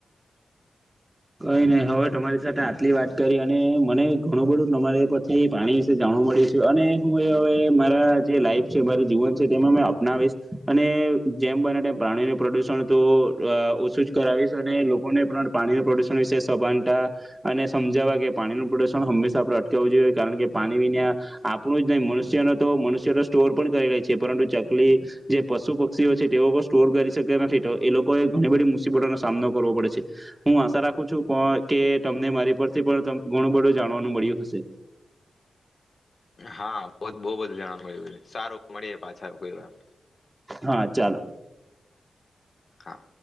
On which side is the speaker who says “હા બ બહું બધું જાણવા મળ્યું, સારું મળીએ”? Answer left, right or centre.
Left